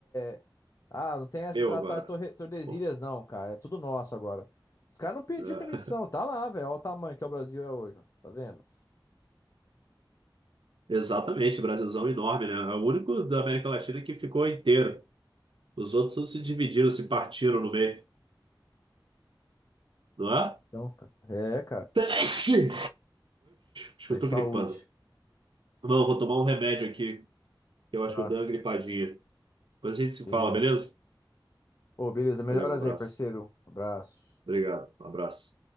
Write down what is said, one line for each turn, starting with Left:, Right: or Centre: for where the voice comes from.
Left: é- Ah, não tem essa
Right: Meu
Left: de tratar
Right: agora.
Left: Torre- Tordesilhas,
Right: Pô,
Left: não, cara. É tudo nosso agora. Os caras não pediram
Right: é.
Left: permissão.
Right: <laughs>
Left: Tá lá, velho. Olha o tamanho que é o Brasil é hoje, ó. Tá vendo?
Right: Exatamente, Brasilzão é enorme, né? É o único da América Latina que ficou inteiro. Os outros todos se dividiram, se partiram no meio, não é?
Left: Então, cara. É, cara.
Right: <laughs> Oxi, acho
Left: Isso
Right: que eu
Left: aí,
Right: tô
Left: Saúde.
Right: gripando. Não, vou tomar um remédio aqui. Eu
Left: Tá,
Right: acho que o Dangri Padilha. Depois a gente se
Left: beleza.
Right: fala, beleza?
Left: Ô, beleza. Melhoras
Right: Valeu, um abraço.
Left: aí, parceiro. Abraço.
Right: Obrigado, um abraço.